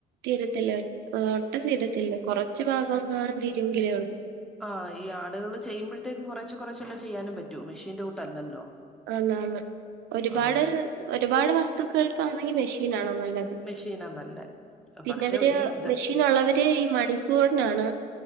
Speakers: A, on the right (about 80°); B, in the centre.
A: തിരത്തില്ല ആ ഒട്ടും തിരത്തില്ല കുറച്ച് ഭാഗങ്ങാനും തീരൊങ്കിലേ ഒള്ളു
B: ആ ഈ ആളുകൾ ചെയ്യുമ്പഴേത്തേക്കിനും കുറച്ച് കുറച്ചല്ലേ ചെയ്യാനും പറ്റൂ മെഷീന്റെ കൂട്ടല്ലല്ലോ
A: അന്നാന്ന് ഒരുപാട്
B: ആഹ്
A: ഒരുപാട് വസ്തുക്കൾ ക്കാണെങ്കി മെഷീൻ ആണന്ന ല്ലത്
B: മെഷീനാ നല്ലേ
A: പിന്നവര്
B: പക്ഷെ ഈ ഇത
A: മെഷീനുള്ളവര് മണിക്കൂ നാണ്